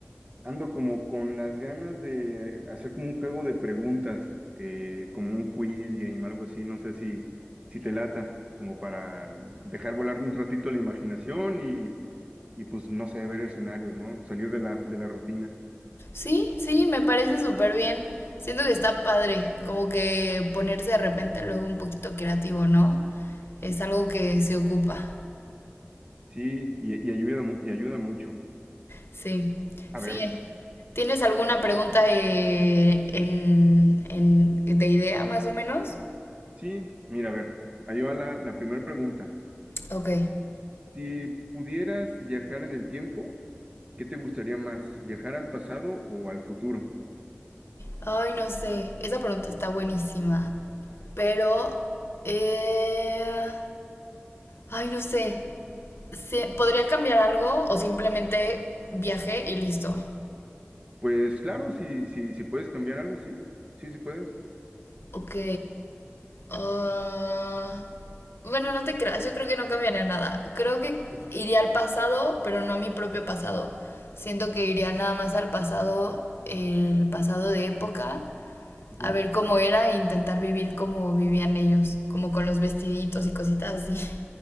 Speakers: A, on the right; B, on the left.
A: ando como con las ganas de hacer como un juego de preguntas, eh, como un quiz game, algo así, no sé si, si te lata, como para dejar volar un ratito la imaginación y, y pues no sé, ver escenarios, ¿no? Salir de la, de la rutina.
B: Sí, sí, me parece súper bien. Siento que está padre, como que ponerse de repente luego un poquito creativo, ¿no? Es algo que se ocupa.
A: Sí, y, y ayuda, mu- y ayuda mucho.
B: Sí,
A: A
B: sí.
A: ver,
B: eh. ¿Tienes alguna pregunta eh, en, en- de idea más o menos?
A: sí, mira, a ver, ahí va la, la primera pregunta.
B: Ok.
A: Si pudieras viajar en el tiempo, ¿qué te gustaría más? ¿Viajar al pasado o al futuro?
B: Ay, no sé. Esa pregunta está buenísima. Pero... eh, ay, no sé. Se- ¿Podría cambiar algo o simplemente viaje y listo?
A: Pues claro, si, si, si puedes cambiar algo, sí, sí, sí puedes.
B: Ok. Ah, bueno, no te creas, yo creo que no cambiaría nada. Creo que
A: Ujú.
B: iría al pasado, pero no a mi propio pasado. Siento que iría nada más al pasado, el pasado de época,
A: Ajá.
B: a ver cómo era e intentar vivir como vivían ellos, como con los vestiditos y cositas así.